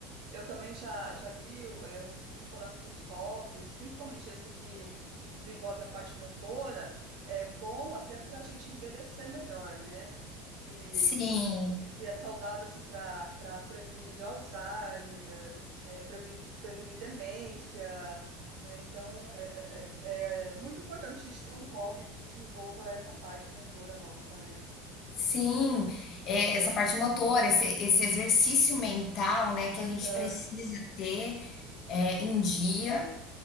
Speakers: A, on the right (about 75°); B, on the left (about 35°).
A: eu também já, já li é, um estudo falando que os hobbies, principalmente esse que, que desenvolve a parte motora, é bom até para a gente envelhecer melhor, né? Que,
B: Sim,
A: que é saudável assim para para prevenir Alzheimer, é, previ- prevenir demência, né? Então é, é, é- é muito importante a gente ter um hobby que desenvolva essa parte motora nossa, né?
B: sim. É, essa parte motora, esse, esse exercício mental, né, que
A: Aham.
B: a gente precisa ter é, em dia.